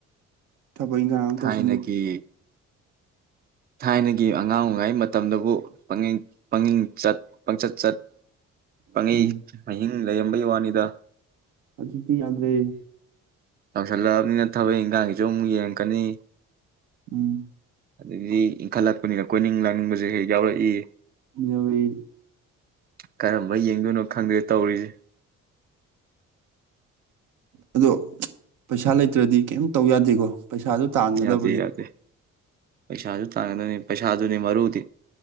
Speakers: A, on the right; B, on the right.
A: ꯊꯕꯛ ꯏꯟꯈꯥꯡ ꯑꯃ
B: ꯊꯥꯏꯅꯒꯤ
A: ꯇꯧꯁꯟꯂ ꯎꯝ
B: ꯊꯥꯏꯅꯒꯤ ꯑꯉꯥꯡ ꯑꯣꯏꯉꯩ ꯃꯇꯝꯗꯕꯨ ꯄꯪꯌꯦꯡ ꯃꯃꯤꯡꯆꯠ ꯄꯪꯆꯠ ꯆꯠ ꯄꯪꯉꯤꯡ
A: ꯎꯝ
B: <unintelligible> ꯂꯩꯩꯔꯝꯕꯩ ꯋꯥꯅꯤꯗ
A: ꯍꯧꯖꯤꯛꯇꯤ ꯌꯥꯗ꯭ꯔꯦ
B: ꯇꯧꯁꯜꯂꯛꯑꯕꯅꯤꯅ ꯊꯕꯛ ꯏꯟꯈꯥꯡꯁꯨ ꯑꯃꯨꯛ ꯌꯦꯡꯉꯛꯀꯅꯤ
A: ꯎꯝ
B: ꯑꯗꯒꯤ ꯏꯟꯈꯠꯂꯛꯄꯅꯤꯅ ꯀꯣꯏꯅꯤꯡ ꯂꯥꯡꯅꯤꯡꯕꯁꯦ ꯍꯦꯛ ꯌꯥꯎꯔꯛꯏ
A: ꯌꯥꯎꯋꯤ
B: ꯀꯔꯝꯕ ꯌꯦꯡꯗꯣꯏꯅꯣ ꯈꯪꯗꯦ ꯇꯧꯔꯤꯁꯦ
A: ꯑꯗꯣ ꯄꯩꯁꯥ ꯂꯩꯇ꯭ꯔꯗꯤ ꯀꯩꯝ ꯇꯧ ꯌꯥꯗꯦꯀꯣ ꯄꯩꯁꯥꯖꯨ ꯇꯥꯟꯒꯗꯕꯅꯤ
B: ꯌꯥꯗꯦ ꯌꯥꯗꯦ ꯄꯩꯁꯥꯁꯨ ꯇꯥꯡꯒꯗꯣꯏꯅꯤ ꯄꯩꯁꯥꯗꯨꯅꯤ ꯃꯔꯨꯗꯤ